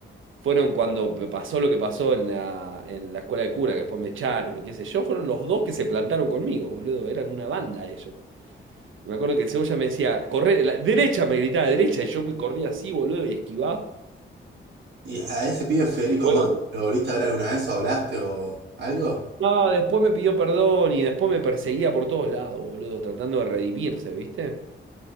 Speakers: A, on the right; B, on the right.
A: fueron cuando pasó lo que pasó en la, en la escuela de cura, que después me echaron y qué sé yo, fueron los dos que se plantaron conmigo, boludo, eran una banda ellos. Y me acuerdo que el Cebolla me decía, corre, la derecha, me gritaba derecha, y yo me corría así, boludo, y esquivaba.
B: ¿Y a ese pibe Federico
A: Huevo.
B: Más,
A: Te-
B: lo volviste a ver alguna vez o hablaste o algo?
A: No, después me pidió perdón y después me perseguía por todos lados, boludo, tratando de redimirse, ¿viste?